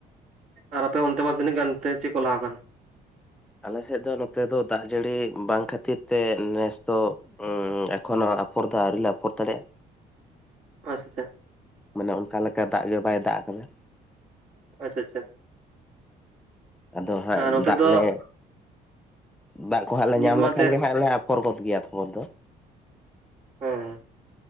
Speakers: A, on the right (about 40°); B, in the centre.
A: ᱟᱨ ᱟᱯᱮ ᱚᱱᱛᱮ ᱢᱟ ᱛᱤᱱᱟᱹᱜ ᱜᱟᱱᱮᱫ ᱪᱮᱫ ᱠᱚ ᱞᱟᱦᱟᱣ ᱟᱠᱟᱱ
B: ᱟᱞᱮᱥᱮᱫ ᱫᱚ ᱱᱚᱛᱮ ᱫᱚ ᱫᱟᱜ ᱡᱟᱹᱲᱤ ᱵᱟᱝ ᱠᱷᱟᱹᱛᱤᱨ ᱛᱮ ᱱᱮᱥ ᱫᱚ ᱦᱚᱸ ᱮᱠᱷᱚᱱᱳ ᱟᱯᱷᱚᱨ ᱫᱚ ᱟᱹᱣᱨᱤ ᱞᱮ ᱟᱯᱷᱚᱨ ᱫᱟᱲᱮᱭᱟᱜᱼᱟ ᱾
A: ᱟᱪᱪᱷᱟ-ᱟᱪᱪᱷᱟ ᱾
B: ᱢᱟᱱᱮ ᱚᱱᱠᱟ ᱞᱮᱠᱟ ᱫᱟᱜ ᱜᱮ ᱵᱟᱭ ᱫᱟᱜ ᱟᱠᱟᱫᱟ
A: ᱟᱪᱪᱷᱟ ᱟᱪᱪᱷᱟ
B: ᱟᱫᱚ ᱦᱟᱸᱜ
A: ᱦᱮᱸ ᱱᱚᱛᱮ
B: ᱫᱟᱜ
A: ᱫᱚ
B: ᱞᱮ ᱫᱟᱜ ᱠᱚᱦᱟᱸᱜ ᱞᱮ
A: ᱱᱤᱛ
B: ᱧᱟᱢ
A: ᱢᱟ
B: ᱞᱮᱠᱷᱟᱱ
A: ᱮᱱᱛᱮᱫ
B: ᱜᱮ ᱦᱟᱜ ᱯᱚᱨᱵᱚᱛ ᱜᱮᱭᱟ ᱛᱚᱢᱚᱨ ᱫᱚ
A: ᱦᱮᱸ